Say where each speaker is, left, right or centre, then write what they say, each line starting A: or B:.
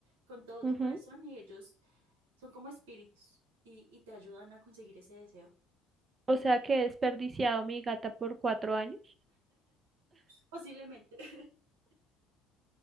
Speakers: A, on the right; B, on the right.
A: con todo
B: Ujú.
A: tu corazón y ellos son como espíritus y, y te ayudan a conseguir ese deseo.
B: O sea que he desperdiciado mi gata por cuatro años.
A: Posiblemente. <laughs>